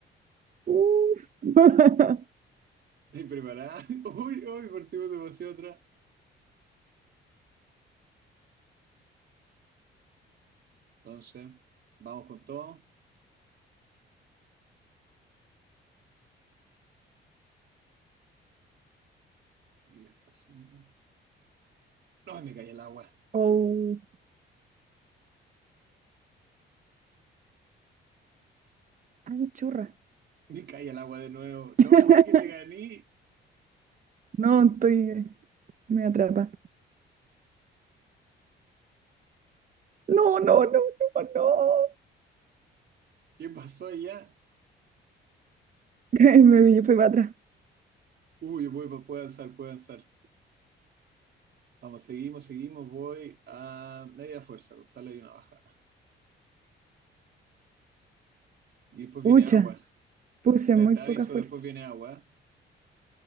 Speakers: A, on the right; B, on the right.
A: Uf. <laughs>
B: ¿Estás preparada? <laughs> Uy, uy, partimos demasiado atrás. Entonces, vamos con todo. Ahí es así nomás. No, me caí el agua.
A: Oh. Ay, churra.
B: Me caí el agua de nuevo. No,
A: <laughs>
B: puede que me gané.
A: No, estoy. Me atrapa. No, no, no, no, no.
B: ¿Qué pasó allá?
A: <laughs> Me fui para atrás.
B: Uy, voy, pa- puedo avanzar, puedo avanzar. Vamos, seguimos, seguimos. Voy a media fuerza, costarle hay una bajada. Y después
A: Pucha,
B: viene agua.
A: puse
B: Te,
A: muy
B: te
A: poca
B: aviso,
A: fuerza.
B: después viene agua.